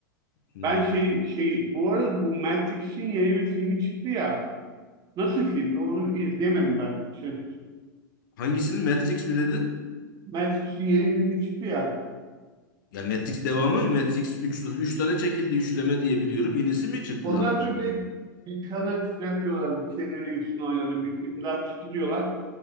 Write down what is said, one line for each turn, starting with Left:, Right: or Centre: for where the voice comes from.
Left: Hmm.
Right: Ben şey şey bu arada bu Matrix'in yeni bir filmi çıktı ya. Nasıl filmdi? Onu izleyemedim ben. Şey,
Left: Hangisini? Matrix mi dedin?
Right: Matrix'in yeni filmi çıktı ya.
Left: Ya Matrix devamı mı? Matrix üç üç tane çekildi üçleme diye biliyorum. Yenisi mi çıktı
Right: Ondan
Left: daha başka?
Right: sonra bir, bir kanal çıkacak diyorlardı. Keanu Reeves'in oynadığı bir film daha çıktı diyorlar.